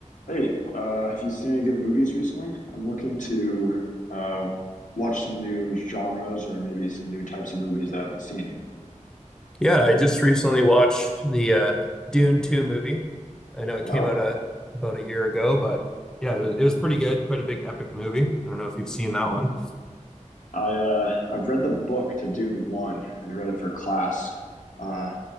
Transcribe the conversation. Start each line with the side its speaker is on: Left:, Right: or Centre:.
Left: Hey, uh, have you seen any good movies recently? I'm looking to uh, watch some new genres or maybe some new types of movies that I haven't seen.
Centre: Yeah, I just recently watched the uh, Dune 2 movie. I know it
Left: Oh,
Centre: came out a, about a year ago, but yeah, it was, it was pretty good. Quite a big epic movie. I don't know if you've seen that one.
Left: I uh, I've read the book to Dune One. I read it for class. Uh,